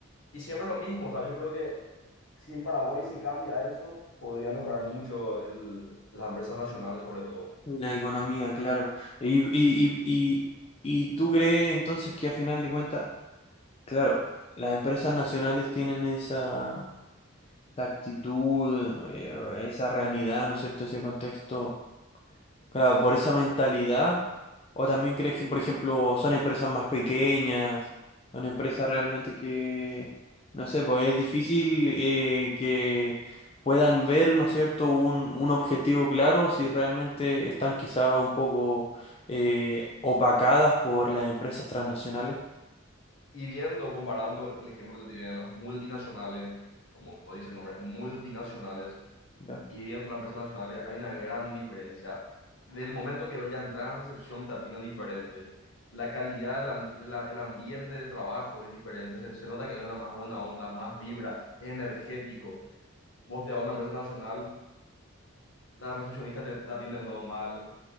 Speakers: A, on the left (about 75°); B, on the left (about 25°).
A: Y siempre es lo mismo. O sea, yo creo que si en Paraguay se cambia eso, podría mejorar mucho el- las empresas nacionales sobre todo.
B: La economía, claro. Y, y, y, y, y tú crees entonces que al final de cuentas, claro, las empresas nacionales tienen esa, esa actitud, eh, esa realidad, ¿no es cierto? Ese contexto Claro, por esa mentalidad. O también crees que, por ejemplo, son empresas más pequeñas, son empresas
A: Y,
B: realmente que, no sé, pues es difícil eh, que puedan ver, ¿no es cierto?, un, un objetivo claro si realmente están quizá un poco eh, opacadas por las empresas transnacionales.
A: Y viendo, comparando el ejemplo que te tiré de las multinacionales, como dice el nombre, multinacionales,
B: Ya.
A: y viendo las empresas nacionales, hay una gran diferencia. Del momento que vaya a entrar a recepción, te atienden diferente. La calidad, del ambi- de la- el, ambiente de trabajo es diferente. Se, se nota que hay una más buena onda, más vibra, es energético. Vos te vas a una empresa nacional, la recepcionista te, te atiende lo mal,